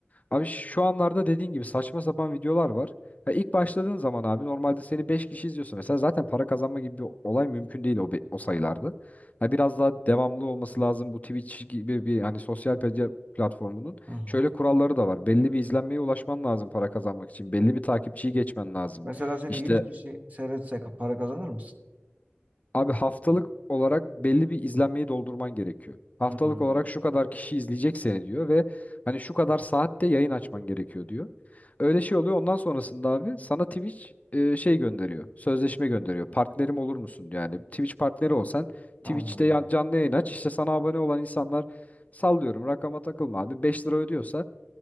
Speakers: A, on the left (about 35°); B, on the right (about 35°).
A: Abi şu anlarda dediğin gibi saçma sapan videolar var. Ha ilk başladığın zaman abi normalde seni 5 kişi izliyorsa mesela zaten para kazanma gibi bir olay mümkün değil o, be- o sayılarda. Ha biraz daha devamlı olması lazım bu Twitch gibi bir hani sosyal medya platformunun.
B: Hı hı.
A: Şöyle kuralları da var. Belli bir izlenmeye ulaşman lazım para kazanmak için. Belli bir takipçiyi geçmen lazım.
B: Mesela seni
A: İşte
B: 100 kişi seyretse para kazanır mısın?
A: Abi haftalık olarak belli bir izlenmeyi doldurman gerekiyor. Haftalık
B: Hmm,
A: olarak şu kadar kişi izleyecek seni diyor ve hani şu kadar saatte yayın açman gerekiyor diyor. Öyle şey oluyor. Ondan sonrasında abi sana Twitch e, şey gönderiyor. Sözleşme gönderiyor. Partnerim olur musun diyor. Yani Twitch partneri olsan Twitch'te
B: anladım.
A: ya- canlı yayın aç. İşte sana abone olan insanlar sallıyorum. Rakama takılma abi. 5 lira ödüyorsa